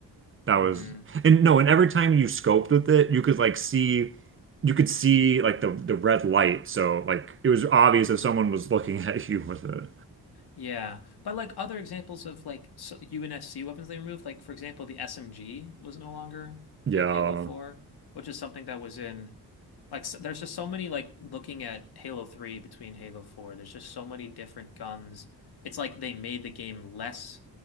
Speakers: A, on the right; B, on the left.
A: that
B: hmm
A: was and no, and every time you scoped with it, you could like see you could see like the the red light, so like it was obvious if someone was looking <laughs> at you with it.
B: Yeah, but like other examples of like so UNSC weapons they removed, like for example, the SMG was no longer
A: Yeah.
B: in Halo 4, which is something that was in Like so, there's just so many like looking at Halo 3 between Halo 4, there's just so many different guns. It's like they made the game less